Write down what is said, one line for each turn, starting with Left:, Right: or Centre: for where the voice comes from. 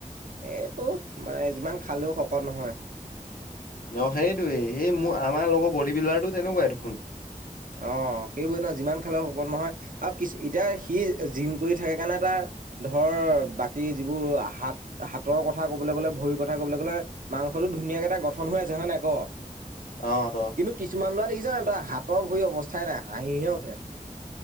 Right: এইটো মানে যিমান খালেও শকত নহয়
Left: অ সেইটোৱেই সেই মোৰ আমাৰ লগৰ বডী বিল্ডাৰটো তেনেকুৱাই দেখোন।
Right: অ সেইবোৰে নহয় যিমান খালৰ সম্পদ নহয়। আৰু কি এতিয়া সি জিম কৰি থাকে কাৰণে তাৰ ধৰ বাকী যিবোৰ হাত হাতৰ কথা কবলৈ গ'লে ভৰিৰ কথা কবলৈ গ'লে মাংস মাংসতো ধুনীয়াকে এটা গঠন হৈ আছে। হয় নে নাই ক?
Left: অ ত
Right: কিন্তু কিছুমান লৰা দেখিছানে তই হাতৰ ভৰি অৱস্থাই নাই। হাঁহিহে উঠে